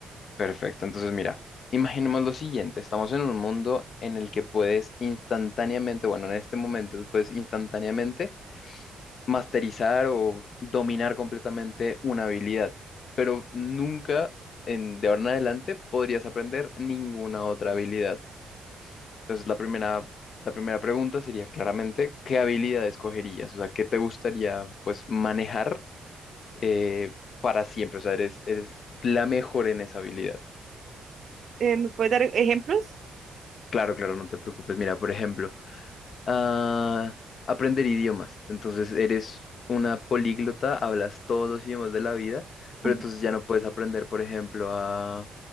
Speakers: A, on the left; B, on the right.
A: Perfecto, entonces mira, imaginemos lo siguiente, estamos en un mundo en el que puedes instantáneamente, bueno, en este momento puedes instantáneamente masterizar o dominar completamente una habilidad, pero nunca en, de ahora en adelante podrías aprender ninguna otra habilidad. Entonces, la primera, la primera pregunta sería claramente, ¿qué habilidad escogerías? O sea, ¿qué te gustaría pues manejar eh, para siempre? O sea, eres, eres la mejor en esa habilidad.
B: Eh, ¿me puedes dar ejemplos?
A: Claro, claro, no te preocupes. Mira, por ejemplo, a aprender idiomas. Entonces eres una políglota, hablas todos los idiomas de la vida, pero
B: Ajá.
A: entonces ya no puedes aprender, por ejemplo, a,